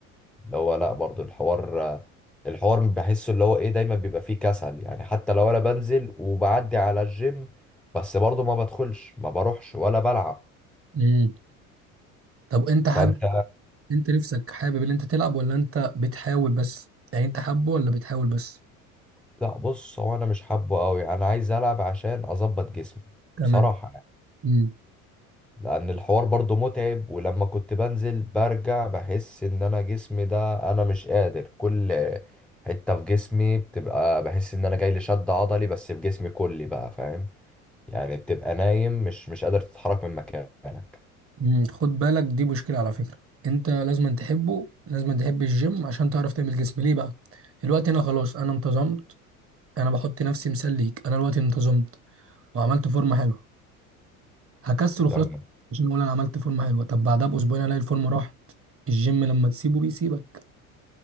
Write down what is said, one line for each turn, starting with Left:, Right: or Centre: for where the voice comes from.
Centre: اللي هو لا برضو الحوار الحوار بحسه اللي هو ايه دايما بيبقى فيه كسل يعني حتى لو انا بنزل وبعدي على الجيم بس برضو ما بدخلش ما بروحش ولا بلعب
Right: امم طب انت حابب
Centre: فانت
Right: انت نفسك حابب ان انت تلعب ولا انت بتحاول بس يعني انت حابه ولا بتحاول بس
Centre: لا بص هو انا مش حابه قوي انا عايز العب عشان اظبط جسمي
Right: تمام
Centre: بصراحة يعني
Right: امم
Centre: لان الحوار برضو متعب ولما كنت بنزل برجع بحس ان انا جسمي ده انا مش قادر كل حتة في جسمي بتبقى بحس ان انا جاي لي شد عضلي بس في جسمي كلي بقى فاهم يعني بتبقى نايم مش مش قادر تتحرك من مكانك
Right: امم خد بالك دي مشكلة على فكرة انت لازم تحبه لازم تحب الجيم عشان تعرف تعمل جسم ليه بقى الوقت هنا خلاص انا انتظمت انا بحط نفسي مثال ليك انا الوقت انتظمت وعملت فورمة حلوة هكسل وخلاص
Centre: تمام
Right: عشان اقول انا عملت فورمه حلوه طب بعدها باسبوعين الاقي الفورمه راحت الجيم لما تسيبه بيسيبك